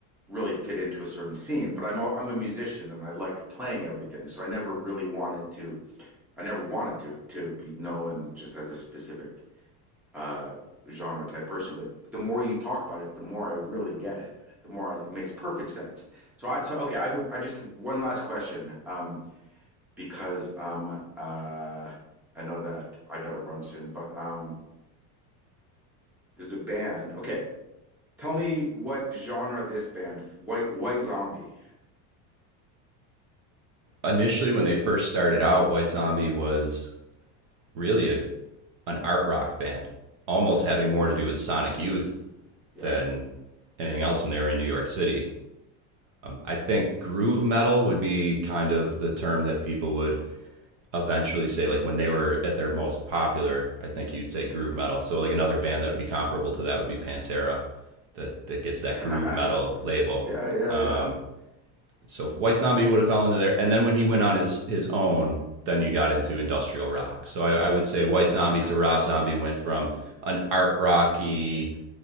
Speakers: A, in the centre; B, on the right.
A: really fit into a certain scene, but I'm a, I'm a musician and I liked playing everything. So I never really wanted to I never wanted to to be known just as a specific uh, genre type person. But the more you talk about it, the more I really get it. The more I, it makes perfect sense. So I so okay. I've I just did one last question um, because um, uh, I know that I got to run soon, but um, there's a band. Okay, tell me what genre this band white white zombie.
B: Initially, when they first started out, White Zombie was really a, an art rock band, almost
A: Yeah,
B: having more to do with Sonic Youth
A: yeah,
B: than anything else when they were in New York City I think groove metal would be kind of the term that people would eventually say like when they were at their most popular, I think you'd say groove metal. So like another band that would be comparable to that would be Pantera that that gets that
A: yeah,
B: groove metal label.
A: <laughs> yeah, yeah,
B: Um,
A: yeah.
B: so White Zombie would have fallen into there. And then when he went on his his own, then you got into industrial rock. So I, I would say White Zombie
A: Okay,
B: to Rob Zombie went from an art rocky